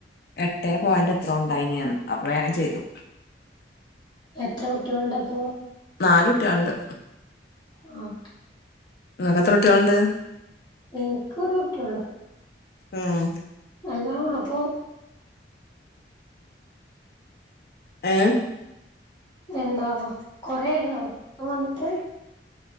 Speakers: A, on the left (about 55°); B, on the left (about 25°).
A: എട്ടേ പോയീന്റ് എത്ര ഉണ്ടായിനനു അപ്പൊ വേംചെയ്തു
B: എത്ര കുട്ടിളുണ്ട് അപ്പോ?
A: നാല് ഉട്ടിയുണ്ട്
B: ആഹ്
A: നിങ്ങെക് എത്ര ഉട്ടിളുണ്ട്?
B: എനിക്ക് രു ഉട്ടീയേള്ളൂ
A: ഉം
B: അല്ലാ അപ്പോ?
A: ഏഹ്
B: എന്തോ കൊറായിരുന്നോ വന്നിട്ട്?